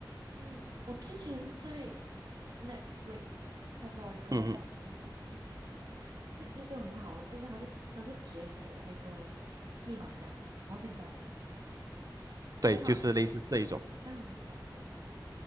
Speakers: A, on the right; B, on the right.
A: 嗯，我之前在 Netflix 看到一个，
B: 嗯哼，
A: 我忘记名字了，它也是一个很好的，就是它是它是解锁那个密码箱、保险箱，
B: 对，
A: 但是它
B: 就是类似这一种。
A: 但他们是小偷，